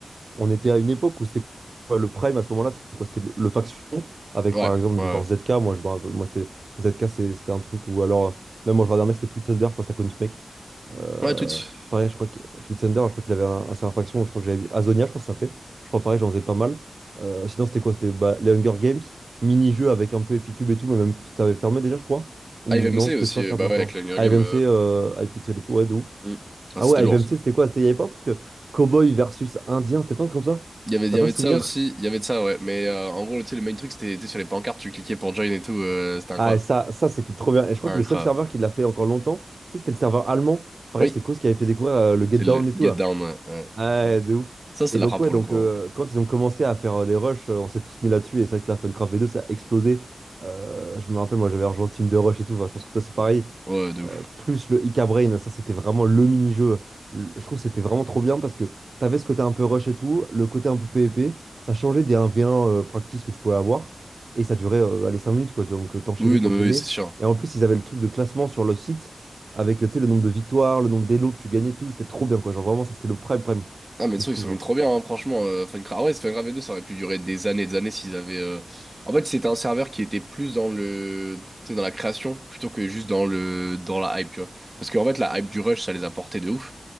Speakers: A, on the right; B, on the right.
A: on était à une époque où c'était quoi le prime à ce moment-là, c'est quoi? C'était le, le faction avec
B: Ouais,
A: par exemple
B: ouais.
A: des genre ZK. Moi, je me rappelle- moi c'est ZK, c'est- c'était un truc ou alors euh, même moi je regardais un mec, c'était Tweet Thunder, je sais pas si t'as connu ce mec. Euh,
B: Ouais, toutes.
A: pareil, je crois que Tweet Thunder, je crois qu'il avait un, un serveur faction, je crois que j'avais mis- Azonia, je crois que ça s'appelait. Je crois pareil, j'en faisais pas mal. Euh, sinon, c'était quoi? C'était bah, les Hunger Games, mini-jeu avec un peu Epicube et tout, mais même ça avait fermé déjà, je crois. Ou
B: IVMC
A: non, peut-être
B: aussi,
A: pas
B: euh,
A: fermé
B: bah ouais,
A: encore.
B: avec l'Hunger
A: AFMC,
B: Game. euh,
A: euh, iPixel et tout, ouais, de ouf.
B: hmm. Ah,
A: Ah
B: c'était
A: ouais,
B: lourd,
A: IVMC,
B: ça.
A: c'était quoi? C'était, il y avait pas un truc euh, cowboy versus indien, c'était pas un truc comme ça?
B: Il y avait, il
A: T'as
B: y avait
A: pas souvenir?
B: de ça aussi, il y avait de ça, ouais. Mais euh, en gros, tu sais, le main truc, c'était tu sais, sur les pancartes, tu cliquais pour join et tout. euh, c'était incroyable.
A: Ah, et ça, ça c'était trop bien. Et je crois
B: Incroyable.
A: que le seul serveur qui l'a fait encore longtemps, tu sais, c'était le serveur allemand. Pareil,
B: Oui,
A: c'est Koz qui avait fait découvrir euh, le
B: c'est
A: Get Down
B: le
A: et tout,
B: get
A: là.
B: down, ouais. ouais.
A: Ah, de ouf.
B: Ça, c'est
A: Et
B: de
A: donc,
B: la frappe
A: ouais,
B: pour
A: donc
B: le coup.
A: euh,
B: hein.
A: quand ils ont commencé à faire euh, les rushs, euh, on s'est tous mis là-dessus. Et c'est vrai que la Funcraft v deux, ça a explosé. Euh, je me rappelle, moi, j'avais rejoint le Team de Rush et tout. Enfin, je pense que ça, c'est pareil.
B: Ouais, de ouf.
A: Euh, plus le Ica Brain, ça c'était vraiment le mini-jeu. Le- Je trouve que c'était vraiment trop bien parce que t'avais ce côté un peu rush et tout, le côté un peu PvP, ça changeait des 1v1 euh, practice que tu pouvais avoir et ça durait euh, allez, 5 minutes quoi, tu vois, donc euh, t'enchaînais,
B: Oui, non,
A: t'enchaînais.
B: mais oui, c'est sûr.
A: Et en plus, ils avaient le truc de classement sur le site avec euh, tu sais, le nombre de victoires, le nombre d'élos que tu gagnais, et tout, c'était trop bien quoi. Genre vraiment, ça c'était le prime prime
B: Ah, mais de
A: de
B: toute
A: fou,
B: façon, ils sont
A: genre.
B: mis trop bien, hein, franchement. Euh, Funcra- ah ouais, Funcra V2, ça aurait pu durer des années et des années s'ils avaient. euh, En fait, c'était un serveur qui était plus dans le, tu sais, dans la création plutôt que juste dans le, dans la hype, tu vois. Parce qu'en fait, la hype du rush, ça les a portés de ouf.